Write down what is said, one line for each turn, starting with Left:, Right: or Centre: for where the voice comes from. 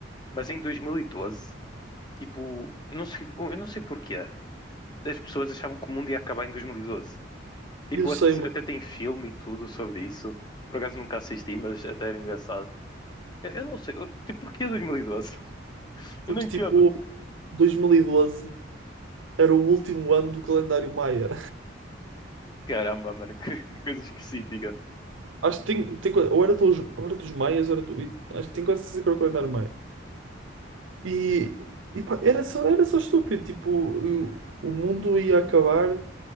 Left: Mas em 2012 tipo, não sei, eu não sei porquê, as pessoas achavam que o mundo ia acabar em dois mil e doze Tipo,
Right: Eu sei,
Left: até,
Right: mano,
Left: até tem filme e tudo sobre isso. Por acaso nunca assisti, mas até era engraçado. Eu, eu não sei, eu, tipo, porquê dois mil e doze <laughs>
Right: porque
Left: Eu não entendo.
Right: tipo, 2012 era o último ano do calendário maia.
Left: Caramba, mano, <laughs> que, que coisa específica.
Right: Acho que tem, tem co- ou era dos, ou era dos maias, ou era do, e- acho que tem quase certeza que era o calendário maia. E, e pá, era só, era só estúpido, tipo, o, o mundo ia acabar,